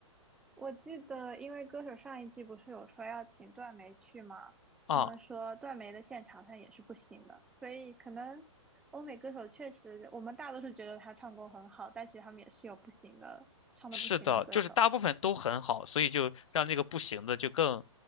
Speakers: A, in the centre; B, on the left.
A: 我记得，因为歌手上一季不是有说要请段梅去吗？
B: 啊。
A: 他们说段梅的现场上也是不行的，所以可能欧美歌手确实，我们大多数觉得他唱功很好，但其实他们也是有不行的，唱的不行的歌手。
B: 是的，就是大部分都很好，所以就让那个不行的就更，